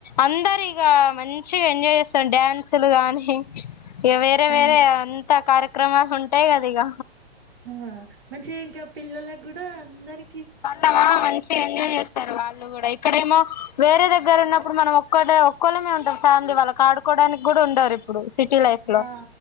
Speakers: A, on the left (about 40°); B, on the right (about 65°).
A: అందరు ఇగా మంచిగా ఎంజాయ్ చేస్తాం డ్యాన్సులు గానీ. ఈ వేరే
B: ఆ
A: వేర అంత కార్య క్రమాలు ఉంటాయి కదా ఇక
B: ఆ మంచి ఇంకా పిల్లలకి కూడా అందరి
A: వాళ్ళ మంచి ఎంజాయ్ చేస్తారు వాళ్ళు కూడా ఇక్కడేమో వేరే దగ్గర ఉన్నప్పుడు మనం ఒక్కడే ఒక్కళ్ళమే ఉంటాం ఫ్యామిలీ వాళ్ళ ఆడుకోవడానికి కూడా ఉండారు ఇప్పుడు సిటీ లైఫ్ లో
B: ఆ